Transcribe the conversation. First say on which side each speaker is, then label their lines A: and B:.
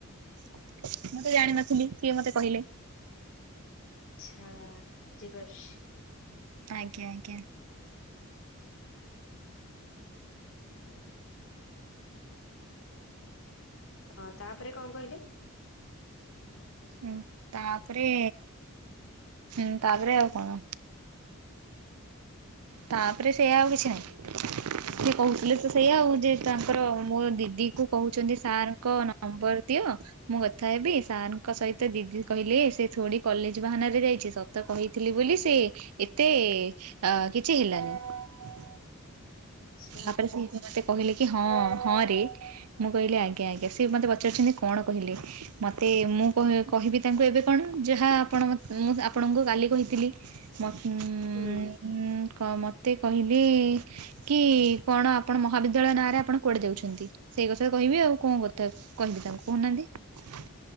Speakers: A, on the right (about 80°); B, on the left (about 60°).
A: ମୁଁ ତେ ଜାଣିନଥିଲି ସିଏ ମତେ କହିଲେ।
B: ଆଚ୍ଛା ବୁଝିପାରୁଛି।
A: ଆଜ୍ଞା ଆଜ୍ଞା।
B: ହଁ ତାପରେ କଣ କହିଲେ?
A: ହଁ ତାପରେ ହୁଁ ତାପରେ ଆଉ କଣ ତାପରେ ସେଇୟା ଆଉ କିଛି ନାହିଁ। ସେ କହୁଥିଲେ ତ ସେଇଆ ଆଉ ଯେ ତାଙ୍କର ମୋ ଦିଦି କୁ କହୁଛନ୍ତି ସାର୍ ଙ୍କ ନମ୍ବର ଦିଅ। ମୁଁ କଥା ହେବି ସାର୍ ଙ୍କ ସହିତ ଦିଦି କହିଲେ ସେ ଥୋଡି କଲେଜ ବାହାନାରେ ଯାଇଛି ସ ତ କହିଥିଲି ବୋଲି ସେ ଏତେ ଅ କିଛି ହେଲାନି।
B: ଆଚ୍ଛା
A: ତାପରେ ସେ ମତେ କହିଲେ କି ହଁ ହଁ ରେ। ମୁଁ କହିଲି ଆଜ୍ଞା ଆଜ୍ଞା ସି ମତେ ପଚାରୁିଛନ୍ତି କଣ କହିଲେ? ମତେ ମୁଁ କହିବି ତାଙ୍କୁ ଏବେ କଣ ଯାହା ଆପଣ ମୁଁ ଆପଣଙ୍କୁ କାଲି କହିଥିଲି ମ ଊ
B: ହୁଁ
A: ମତେ କହିଲେ କି କଣ ଆପଣ ମହାବିଦ୍ୟାଳୟ ନାଁରେ ଆପଣ କୁଆଡେ ଯାଉଛନ୍ତି? ସେଇ କଥା କହିବି ଆଉ କଣ କଥା କହିବି ତାଙ୍କୁ କହୁନାହାନ୍ତି?